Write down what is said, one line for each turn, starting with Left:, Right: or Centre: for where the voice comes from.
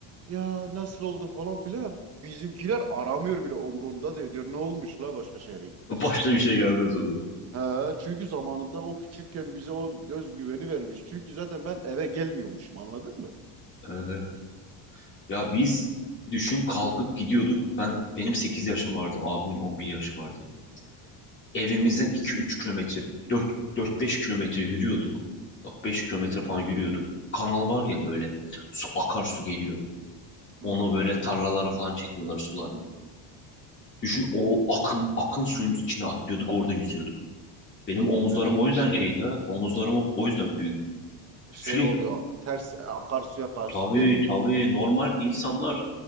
Right: Ya nasıl oldu falan filan. Bizimkiler aramıyor bile umrunda değil diyor. Ne olmuş la başka şehre gitmişsin.
Left: Başına bir şey gelmez onun.
Right: He, çünkü zamanında o küçükken bize o göz güveni vermiş. Çünkü zaten ben eve gelmiyormuşum anladın mı?
Left: Evet. Ya biz düşün kalkıp gidiyorduk. Ben benim 8 yaşım vardı. Abimin 11 yaşı vardı. Evimizden iki üç kilometre dört dört beş kilometre yürüyorduk. Bak 5 kilometre falan yürüyorduk. Kanal var ya böyle su akarsu geliyor.
Right: Hmm.
Left: Onu böyle tarlalara falan çekiyorlar sularını. Düşün o akın akın suyun içine atlıyorduk orada yüzüyorduk. Benim omuzlarım
Right: He,
Left: o yüzden
Right: şey
Left: şeydi ha. Omuzlarım o o yüzden büyük.
Right: şey
Left: Sürekli
Right: oluyor ters akarsuya karşı
Left: tabii
Right: değil mi?
Left: tabii normal insanlar